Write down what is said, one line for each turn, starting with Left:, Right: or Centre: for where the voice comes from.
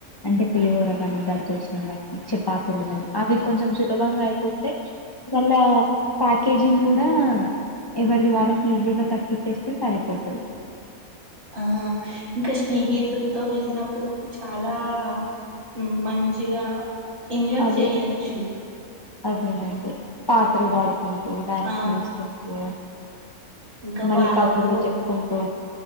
Left: అంటే పులిహోరగానీ దద్దోజనం కానీ చపాతీలు కాని అవి కొంచెం సులభంగా అయిపోతాయి వాళ్ళ ప్యాకేజింగ్ కూడా ఎవరిది వాళ్ళకి ఈజీ గా కట్ చేస్తే సరిపోతుంది
Right: ఆ ఇంకా స్నేహితులతో వెళ్ళినప్పుడు కూడా చాలా మ్ మంచిగా ఎంజాయ్
Left: అదే
Right: చేయొచ్చు
Left: అదేనండి పాటలు పాడుకు కూడా డ్యాన్స్
Right: ఆ
Left: చేసుకుంటూ
Right: ఇంకా
Left: మళ్ళీ
Right: వాళ్ళతో
Left: కబుర్లు చెప్పుకుంటూ